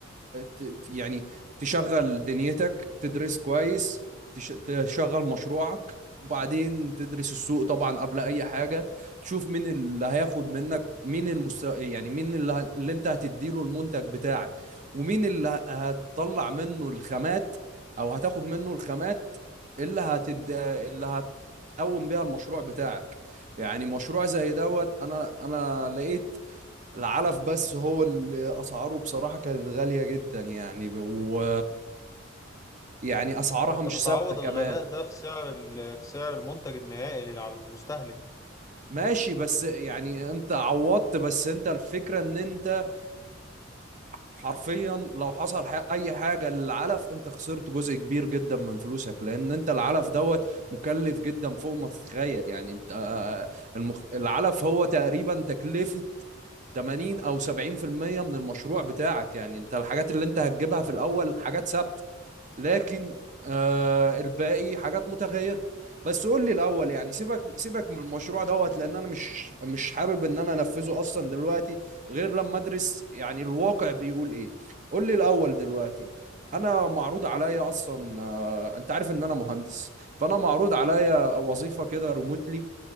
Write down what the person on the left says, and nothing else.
فانت
بتعوض
الغلاء ده في سعر ال- في سعر المنتج النهائي اللي على المستهلك